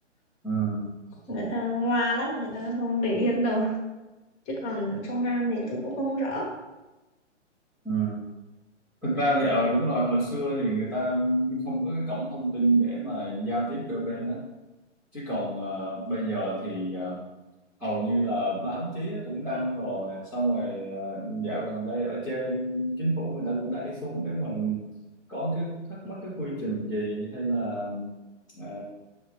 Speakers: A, in the centre; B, on the left.
A: ừ,
B: người ta ngoa lắm người ta không để yên đâu chứ còn trong Nam thì tôi cũng không rõ
A: ừ. thực ra thì ừ đúng rồi hồi xưa thì người ta không có cái cổng thông tin để mà giao tiếp đôi bên á chứ còn ờ, bây giờ thì ờ, hầu như là báo chí nó cũng đăng rồi xong rồi ờ, dạo gần đây ở trên chính phủ người ta cũng đẩy xuống nếu mà có cái thắc mắc cái quy trình gì hay là ờ,